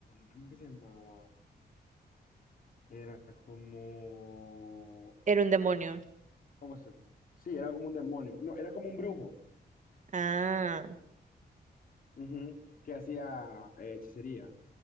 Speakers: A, on the left (about 55°); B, on the right (about 45°).
A: ¿cómo que se llamaba? Era como,
B: Era un demonio.
A: ¿cómo se? Sí, era como un demonio. No, era como un brujo.
B: Ah.
A: Ujú, que hacía eh, hechicería